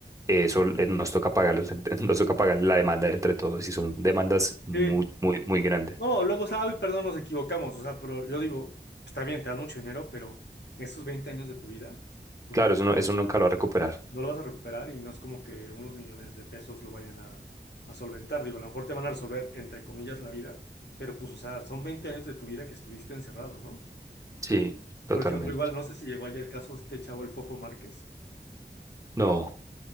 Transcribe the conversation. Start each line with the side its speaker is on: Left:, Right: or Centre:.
Right: eso le- nos toca pagar los- <laughs> nos toca pagar la demanda entre todos y son demandas muy,
Left: Sí.
Right: muy, muy grandes.
Left: No, luego, o sea, ay, perdón, nos equivocamos. O sea, pero yo digo, está bien, te dan mucho dinero, pero esos 20 años de tu vida, pues
Right: Claro,
Left: no, te-
Right: eso no, eso nunca lo va a recuperar.
Left: no lo vas a recuperar y no es como que unos millones de pesos lo vayan a, a solventar. Digo, a lo mejor te van a resolver, entre comillas, la vida, pero pues, o sea, son 20 años de tu vida que estuviste encerrado, ¿no?
Right: Sí, totalmente.
Left: Por ejemplo, igual, no sé si llegó allá el caso de este chavo, el Fofo Márquez.
Right: No,